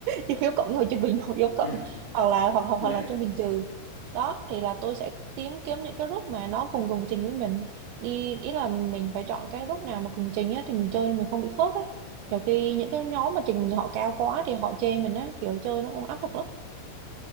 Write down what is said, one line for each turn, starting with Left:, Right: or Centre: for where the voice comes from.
Right: yếu yếu cộng rồi trung bình hoặc yếu cộng,
Left: ừ ừ.
Right: hoặc là hoặc hoặc hoặc
Left: <laughs>
Right: là trung bình trừ. Đó thì là tôi sẽ tìm kiếm những cái group mà nó cùng cùng trình với mình đi ý là mình phải chọn cái group nào mà cùng trình á thì mình chơi mình không bị khớp ấy nhiều khi những cái nhóm mà trình họ cao quá thì họ chê mình á kiểu chơi nó cũng áp lực lắm